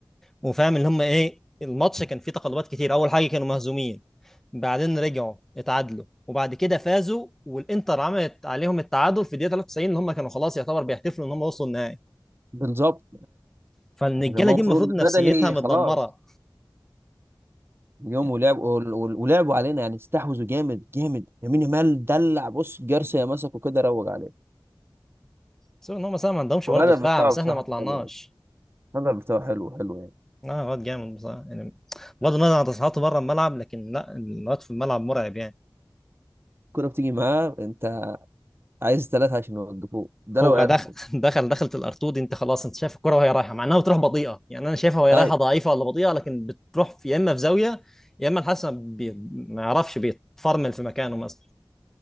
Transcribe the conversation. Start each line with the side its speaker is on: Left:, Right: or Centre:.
Centre: وفاهم إن هم إيه الماتش كان فيه تقلبات كتير أول حاجة كانوا مهزومين بعدين رجعوا اتعادلوا وبعد كده فازوا والإنتر عملت عليهم التعادل في الدقيقة 93 إن هم كانوا خلاص يعتبر بيحتفلوا إن هم وصلوا النهائي
Right: <laughs> بالظبط
Centre: فالرجالة
Right: يعني هما
Centre: دي
Right: المفروض
Centre: المفروض نفسيتها
Right: بدني
Centre: متدمرة
Right: خلاص اليوم
Centre: يعني
Right: ولعب ول- ول- ولعبوا علينا يعني استحوذوا جامد جامد يمين يامال دلع بص جارسيا
Centre: <laughs>
Right: مسكه كده روج عليه
Centre: سواء إن هم مثلا ما عندهمش
Right: الهدف
Centre: برضه دفاع
Right: بتاعه
Centre: بس
Right: بصراحة
Centre: إحنا ما طلعناش
Right: حلو الهدف بتاعه حلو حلو يعني
Centre: لا الواد جامد بصراحة يعني بغض النظر عن تصريحاته بره الملعب لكن لا الواد في الملعب مرعب يعني
Right: الكورة بتيجي معاه انت عايز ثلاثة عشان يوقفوه ده لو
Centre: هو
Right: عرفوا
Centre: دخل <laughs> دخل دخلت الارتو دي، انت خلاص انت شايف الكرة وهي رايحة مع انها بتروح بطيئة يعني انا شايفها وهي
Right: اي
Centre: رايحة ضعيفة ولا بطيئة لكن بتروح في يا اما في زاوية يا اما الحسن بي... ما يعرفش بيتفرمل في مكانه مثلا